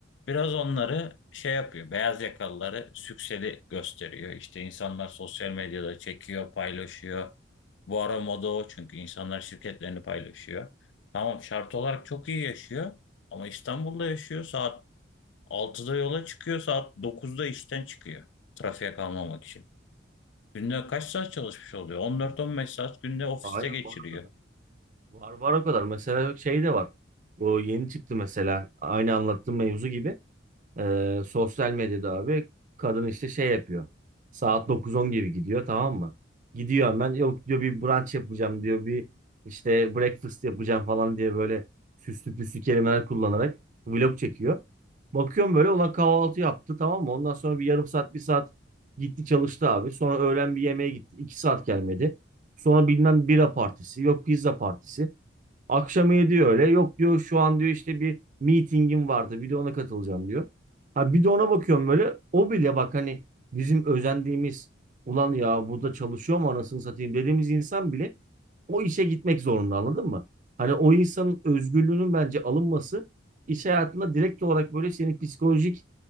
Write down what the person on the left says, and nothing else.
biraz onları şey yapıyor beyaz yakalıları sükseli gösteriyor İşte insanlar sosyal medyada çekiyor paylaşıyor bu ara moda o çünkü insanlar şirketlerini paylaşıyor tamam şart olarak çok iyi yaşıyor ama İstanbul'da yaşıyor saat Altıda yola çıkıyor saat 9'da işten çıkıyor. Trafiğe kalmamak için. Günde kaç saat çalışmış oluyor? On dört on beş saat günde ofiste
geçiriyor.